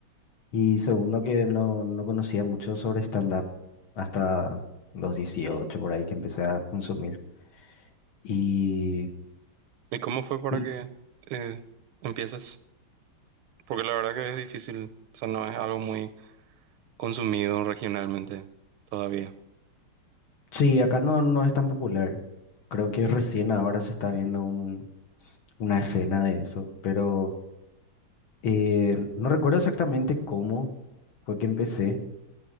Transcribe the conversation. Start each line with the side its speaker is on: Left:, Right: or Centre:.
Left: Y segundo, que no, no conocía mucho sobre stand-up hasta los 18 por ahí que empecé a consumir. Y
Right: ¿Y cómo fue para
Left: y
Right: que eh, empieces? Porque la verdad que es difícil, o sea, no es algo muy consumido regionalmente todavía.
Left: sí, acá no, no es tan popular. Creo que recién ahora se está viendo un- una escena de eso, pero... Eh, no recuerdo exactamente cómo fue que empecé,